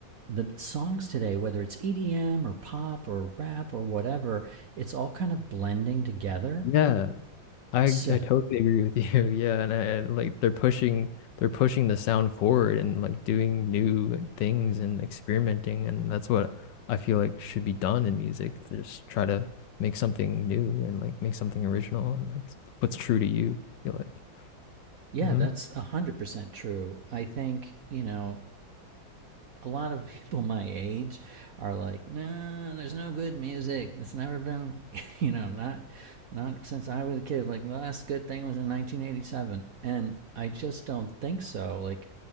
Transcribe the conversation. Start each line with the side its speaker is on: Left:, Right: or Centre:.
Right: the songs today, whether it's EDM or pop or rap or whatever, it's all kind of blending together.
Left: Yeah. I
Right: So,
Left: I totally agree with you. <laughs> Yeah, and I, and, like they're pushing they're pushing the sound forward and like doing new things and experimenting and that's what I feel like should be done in music. To just try to make something new and like make something original and like what's true to you, I feel like.
Right: Yeah,
Left: hmm
Right: that's 100% true. I think, you know, a lot of <laughs> people my age are like, "Nah, there's no good music. It's never been, <laughs> you know, not not since I was a kid. Like the last good thing was in 1987." And I just don't think so. Like